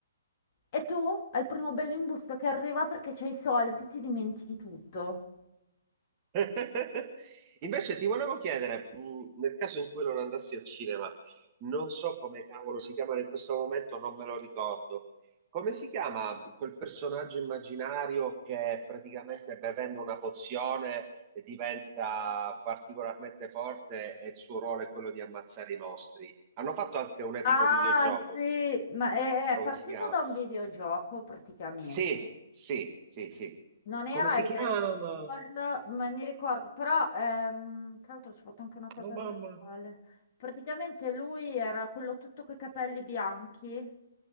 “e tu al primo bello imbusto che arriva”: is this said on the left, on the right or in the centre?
Left